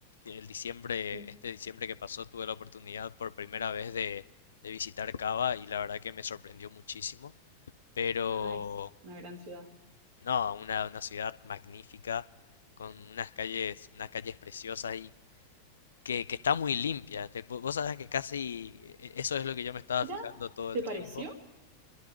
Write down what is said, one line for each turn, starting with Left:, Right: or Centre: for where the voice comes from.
Left: el diciembre,
Right: Mm.
Left: este diciembre que pasó, tuve la oportunidad por primera vez de, de visitar Cava y la verdad que me sorprendió muchísimo. Pero
Right: Ajá, es una gran ciudad.
Left: no, una, una ciudad magnífica, con unas calles, unas calles preciosas y que, que está muy limpia. Te- vo- vos sabés que casi e- eso es lo que yo me estaba
Right: Mira,
Left: fijando todo
Right: ¿te
Left: el
Right: pareció?
Left: tiempo,